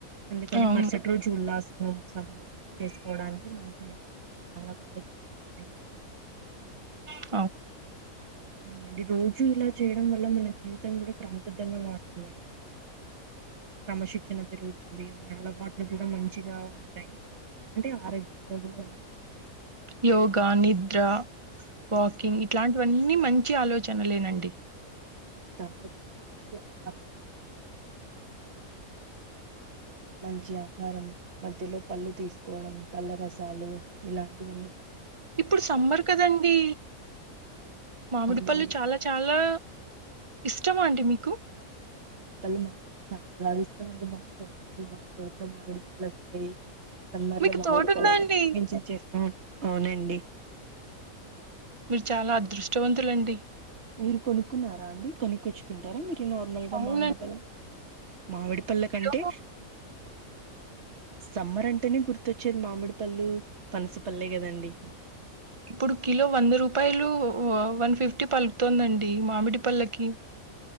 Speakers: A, on the right; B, on the right.
A: అందుకని
B: అవును.
A: మరుసటి రోజు ఉల్లాసం సహాయ పని చేసుకోవడానికి మంచి నిద్ర అనేది చాలా బాగా తోడవుతుంది
B: ఉమ్
A: అవునండి రోజు ఇలా చేయడం వల్ల మన జీవితం కూడా క్రమబద్ధంగా మారుతుందండి క్రమశిక్షణ పెరుగుతుంది మన అలవాట్లు టులు కూడా మంచిగా ఉంటాయి అంటే ఆరోగ్యంగా కూడా ఉం
B: యోగా నిద్ర వాకింగ్ ఇట్లాంటివన్నీ మంచి ఆలోచనలేనండి
A: దాంతో పాటు మంచి ఆహారం మంచి ఆహారం మధ్యలో పళ్ళు తీసుకోవడం పల్ల రసాలు ఇలాంటివన్నీ ప
B: ఇప్పుడు సమ్మర్ కదండి మామిడి
A: అవునండి
B: పళ్ళు చాలా చాలా ఇష్టమా అండి మీకు
A: మాపల్ళ మాకైతే చాలా బాగా ఇష్టం అండి మాకు తోటుంది మా తోటలో మామిడి పండ్లు వస్తయి సమ్మర్
B: మీకు
A: లో మాముడి
B: తోటుందా
A: పండ్లని
B: అండి?
A: బాగా ఎంజాయ్ చేస్తూ అవునండి
B: మీరు చాలా అదృష్టవంతులండి
A: మీరు కొనుక్కున్నారా అండి కొనుక్కొచ్చుకుంటారా మీరు నార్మల్ గా
B: అవునండి.
A: మామిడి పళ్ళు మామిడి పళ్ళ కంటే
B: కిలో
A: సమ్మర్ అంటేనే గుర్తొచ్చేది మామిడి పళ్ళు పనసపల్లె కదండి
B: ఇప్పుడు కిలో వంద రూపాయలు వన్ ఫిఫ్టీ పలుకుతుందండి మామిడి పళ్ళకి